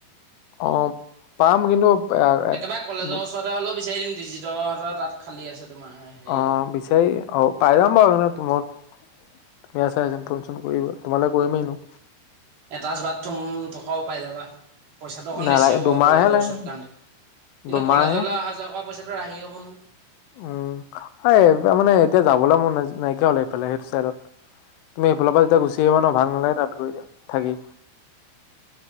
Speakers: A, on the left (about 85°); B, on the right (about 50°).
A: অ', পাম কিন্তু
B: একেবাৰে কলেজৰ ওচৰতে হ'লেও বিচাৰি দিম ডিজিটৰ হতৰ তাত খালী আছে। তোমাৰ হেৰি
A: অহ, বিচাৰি অ' পাই যাম বাৰু <unintelligible> টোমত তুমি আছা এজন ফোন চোন কৰিবা তোমালই কৰিমে এনেও।
B: এটাচ বাথৰুম থকাও পাই যাবা পইচাটো অকণ
A: নালাগে
B: বেছি হ'ব
A: দুমাহে
B: আৰু কলেজৰ
A: লাগে
B: ওচৰত কাৰণে কিন্তু
A: দুমাহে
B: কলেজলৈ আহা- যোৱা কৰা পইচা ৰাহি হ'ব ন'।
A: উম, হয় মানে এতিয়া যাবলৈ মোৰ নাইকিয়া হল এইফালে সেইটো চাইডত। তুমি এইফালৰ পৰা যেতিয়া গুচি আহিবা ন' ভাল নালাগে তাত গৈ দিয়া থাকি।